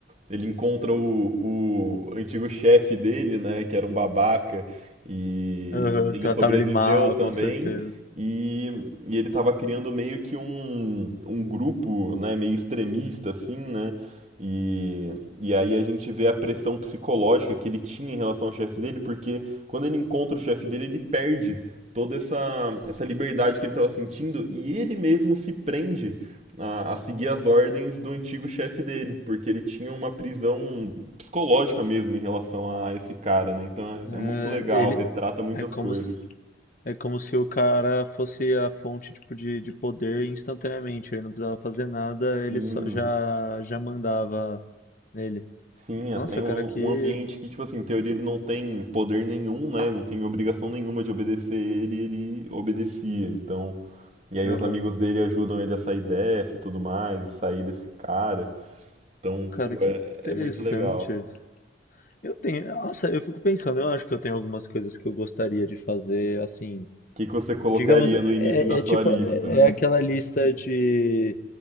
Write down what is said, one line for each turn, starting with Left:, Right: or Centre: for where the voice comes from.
Right: Ele encontra o, o antigo chefe dele, né? Que era um babaca. E
Left: Aham,
Right: ele
Left: Tratava
Right: sobreviveu
Left: ele mal,
Right: também.
Left: com certeza.
Right: E, e ele tava criando meio que um, um grupo, né? Meio extremista, assim, né? E. E aí a gente vê a pressão psicológica que ele tinha em relação ao chefe dele, porque quando ele encontra o chefe dele, ele perde toda essa, essa liberdade que ele estava sentindo e ele mesmo se prende a, a seguir as ordens do antigo chefe dele, porque ele tinha uma prisão psicológica mesmo em relação a esse cara, né? Então
Left: É,
Right: é, é muito legal,
Left: ele
Right: retrata muitas
Left: é como
Right: coisas.
Left: se É como se o cara fosse a fonte tipo, de, de poder instantaneamente. Ele não precisava fazer nada,
Right: Sim,
Left: ele só, já, já mandava nele.
Right: sim, até
Left: Nossa,
Right: um,
Left: cara, que.
Right: um ambiente que, tipo assim, em teoria ele não tem poder nenhum, né? Não tem obrigação nenhuma de obedecer ele, e ele obedecia. Então E aí
Left: Aham.
Right: os amigos dele ajudam ele a sair dessa e tudo mais, e sair desse cara. Então,
Left: Cara,
Right: pô,
Left: que
Right: é,
Left: interessante.
Right: é muito legal.
Left: Eu tenho. Nossa, eu fico pensando, eu acho que eu tenho algumas coisas que eu gostaria de fazer, assim.
Right: O que, que você colocaria
Left: Digamos, é,
Right: no início da sua
Left: é tipo.
Right: lista?
Left: É aquela lista de